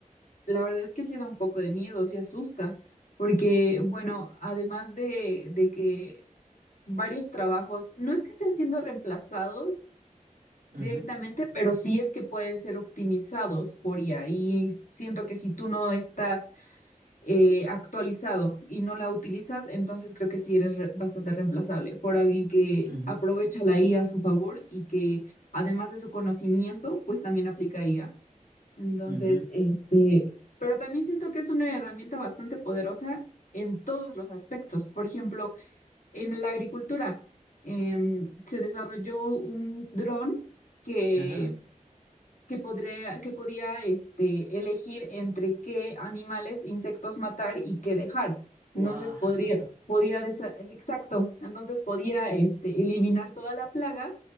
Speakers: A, on the left; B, on the right.
A: la verdad es que sí da un poco de miedo, sí asusta, porque bueno, además de, de que varios trabajos, no es que estén siendo reemplazados,
B: Ujú,
A: directamente, pero sí es que pueden ser optimizados por IA y siento que si tú no estás eh, actualizado y no la utilizas, entonces creo que sí eres re- bastante reemplazable por alguien que
B: ujú,
A: aprovecha la IA a a su favor y que además de su conocimiento, pues también aplica IA. Entonces,
B: ujú,
A: este, pero también siento que es una herramienta bastante poderosa en todos los aspectos. Por ejemplo, en la agricultura, em, se desarrolló un dron que
B: ajá,
A: que podría, que podía este, elegir entre qué animales, insectos matar y qué dejar.
B: guau,
A: Entonces podría,
B: <laughs>
A: podía, desa- exacto, entonces podía este, eliminar toda la plaga